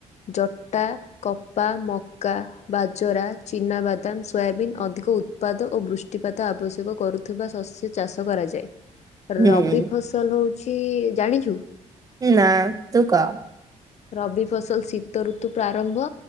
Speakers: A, on the left; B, on the right.
A: ଜଟା କପା ମକା ବାଜରା ଚିନାବାଦାମ ସୋୟାବିନ୍ ଅଧିକ ଉ ଉତ୍ପାଦ ଓ ବୃଷ୍ଟିପାତ ଆବଶ୍ୟକ କରୁଥିବା ଶସ୍ୟ ଚାଷ କରାଯାଏ ରବି
B: ହୁଁ।
A: ଫସଲ ହଉଛି ଜାଣିଛୁ?
B: ନା ତୁ କହ?
A: ରବି ଫସଲ ଶୀତ ଋତୁ ପ୍ରାରମ୍ଭ